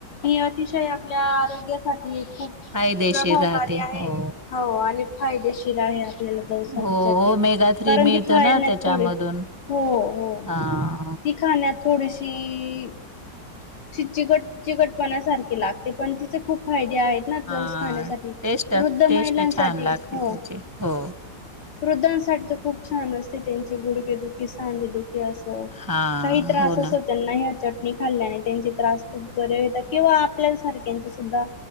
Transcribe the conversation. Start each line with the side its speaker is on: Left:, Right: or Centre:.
Left: अतिशय आपल्या आरोग्यासाठी ही खूप
Right: फायदेशीर
Left: प्रभावकारी
Right: राहते
Left: आहे.
Right: हो
Left: हो, आणि फायदेशीर आहे. जाऊसा
Right: हो
Left: चटणी कारण
Right: ओमेगा थ्री मिळतं
Left: ती खायला
Right: ना
Left: नाही
Right: त्याच्यामधून
Left: थोडी हो, हो
Right: हा
Left: ती खाण्यात थोडीशी... ति चिकट चिकटपणासारखे लागते, पण तिचे खूप फायदे आहेत ना...
Right: हा
Left: खाण्यासाठी.
Right: टेस्ट
Left: वृद्ध महिलांसाठी
Right: टेस्ट छान लागते
Left: हो
Right: त्याची हो
Left: वृद्धांसाठी खूप छान असते त्यांचे गुडके दुखी, सांधे दुखी अस
Right: हा
Left: काही त्रास
Right: हो
Left: असो
Right: ना
Left: त्यांना ह नि खाल्ल्याने त्यांचे त्रास खूप बरे होतात किंवा आपल्या सारख्यांचे सुद्धा